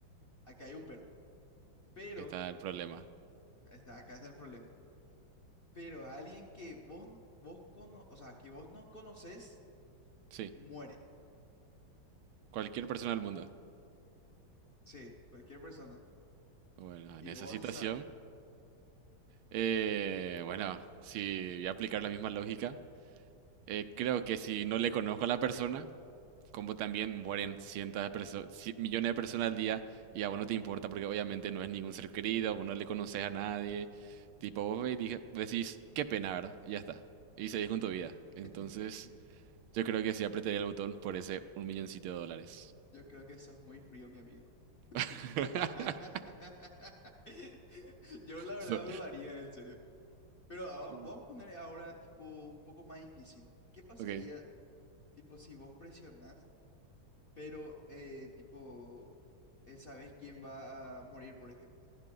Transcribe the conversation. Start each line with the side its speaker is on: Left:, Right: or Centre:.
Left: acá hay un pero, pero,
Right: Está el problema.
Left: está, acá está el problema. Pero a alguien que vos, n- vos cono, o sea, que vos no conoces,
Right: Sí,
Left: muere.
Right: cualquier persona del mundo.
Left: Sí, cualquier persona.
Right: Bueno,
Left: Y
Right: en esa
Left: vos
Right: situación,
Left: vas a saber.
Right: eh, bueno, si voy a aplicar la misma lógica, eh, creo que si no le conozco a la persona, como también mueren cientos de personas millones de personas al día y a vos no te importa porque obviamente no es ningún ser querido, vos no le conoces a nadie. Tipo, vos ve y dije, decís, qué pena, ¿verdad? Y ya está. Y seguís con tu vida. Entonces,
Left: <laughs>
Right: yo creo que sí apretaría el botón por ese un milloncito de dólares.
Left: Yo creo que sos muy frío, mi amigo. <laughs>
Right: <laughs>
Left: Yo la verdad
Right: So-
Left: dudaría, en serio. Pero ah, vam-
Right: Mm.
Left: vamos a poner ahora tipo un poco más difícil. ¿Qué pasaría,
Right: ok,
Left: tipo, si vos presionás, pero eh, tipo, eh, sabés quién va a morir, por ejemplo?